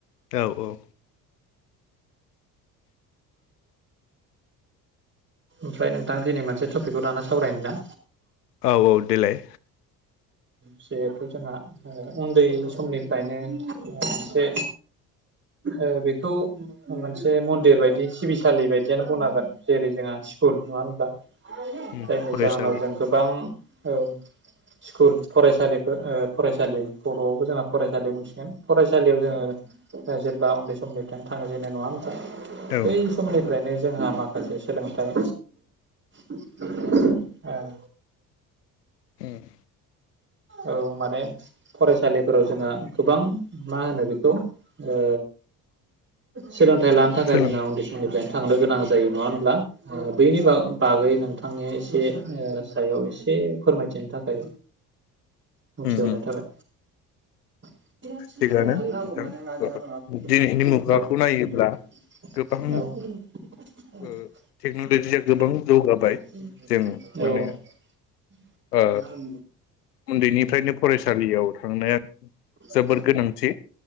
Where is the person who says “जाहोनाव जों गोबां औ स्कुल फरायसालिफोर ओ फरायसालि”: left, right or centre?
Right